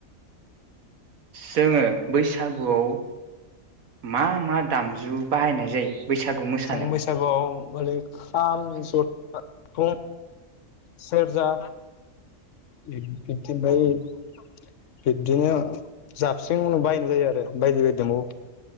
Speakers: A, on the right; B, on the left.
A: जोङो बैसागुआव मा मा दामजु बाहायनाय जायो? बैसागु मोसानायाव
B: जों बैसागुआव <unintelligible> खाल ज <unintelligible> फुं, सेरजा उम। <unintelligible> बिब्दिनो जाबस्रिं उनु बायनाय जायो आरो बायदि बायदि दंबावो।